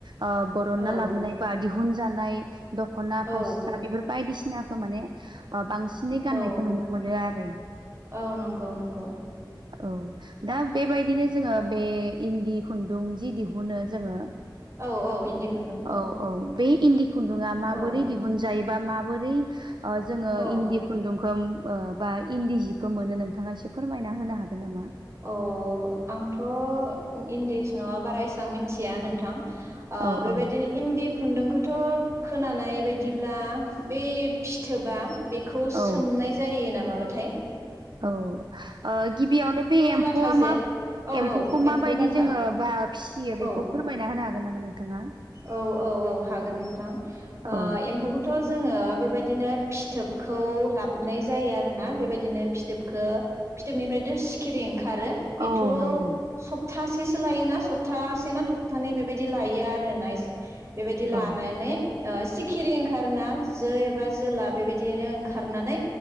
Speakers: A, on the right (about 70°); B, on the right (about 35°).
A: ओ बरनना
B: औ
A: लाबोनाय ख बा दिहुन जानाय दखना फास्रा
B: औ
A: बेफोर बायदिसिनाखौ माने ओ बांसिन बिनि गाननायखौ
B: औ
A: नुनो मोनो आरो
B: औ नंगौ नंगौ
A: <inaudible> औ। दा बेबायदिनो जोङो बे इन्दि खुन्दुं जि दिहुनो जोङो।
B: औ औ
A: <inaudible>
B: इन्दि खुन्दुं
A: औ औ बे इदि खुन्दुंआ माबोरै
B: औ
A: दिहुन जायोबा माबोरै ओ जोङो
B: औ
A: इन्दि खुन्दुंखौ ओम बा इन्दि जिखौ मोनो नोंथाङा एसे फोरमायना होनो हागोन नामा?
B: औ आंथ' इन्दिस नङा बारा एसेबां मिथिया नोंथां। ओ
A: औ
B: बेबायदि
A: औ
B: इन्दि खुन्दुंखौथ' खोनानाय बायदिब्ला बै फिथोबा बे खौ
A: औ
B: सोमनाय जायो ना माबाथाय?
A: औ ओ गिबियावनो बे एम्फौआ
B: लाथा जे
A: मा
B: औ
A: एम्फौखौ
B: औ
A: माबायदि
B: एम्फौ लाथा
A: जोङो बा फिसियो बेखौ
B: औ
A: फोरमायना होनो हागोन नामा नोंथाङा?
B: औ औ औ हागोन नोंथां ओ
A: औ
B: एम्फौखौथ' थ' जोङो बेबायदिनो फिथोबखौ लाबाय जायो आरोना बेबायदिनो फिथोबखो फिथोबनिफ्रायथ' सिखिरि ओंखारो। बेथ'
A: औ नंगौ
B: सप्तासेसो लायोना सप्तासे ना थप्थानै बेबायदि लायो आर रो आरो ना इस बेबायदि लानानै
A: औ
B: सिखिरि ओंखारा जो एबा जोला बेबायदिनो ओंखारनानै